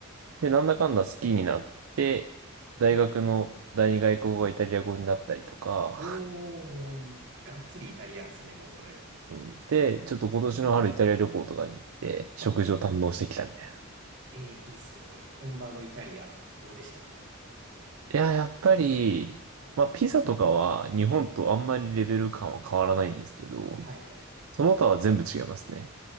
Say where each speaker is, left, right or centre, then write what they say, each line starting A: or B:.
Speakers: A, on the right; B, on the right.
A: で、なんだかんだ好きになって、大学の第二外国語がイタリア語になったりとか、
B: おー、がっつりイタリアンっすね、もうそれ。
A: うんで、ちょっと今年の春イタリア旅行とかに行って、食事を堪能してきたみたいな。
B: わえー、いいっすね。本場のイタリア、どうでした
A: いや、やっぱり、まあ、ピザとかは日本とあんまりレベル感は変わらないんですけど、
B: はいはいは
A: その他は全部違いますね。